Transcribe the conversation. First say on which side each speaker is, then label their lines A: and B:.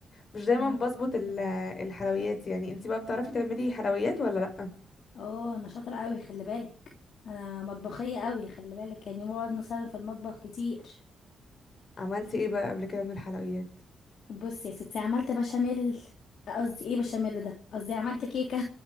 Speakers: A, on the left; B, on the left.
A: مش دايما
B: مم.
A: بظبط ال- الحلويات يعني انتي بقى بتعرفي تعملي حلويات ولا لأ
B: اه انا شاطره قوي خلي بالك انا مطبخيه قوي خلي بالك يعني بقعد مثلا في المطبخ كتير
A: عملتي ايه بقى قبل كده من الحلويات
B: بصي يا ستي عملت بشاميل آه، قصدي ايه بشاميل ده قصدي عملت كيكه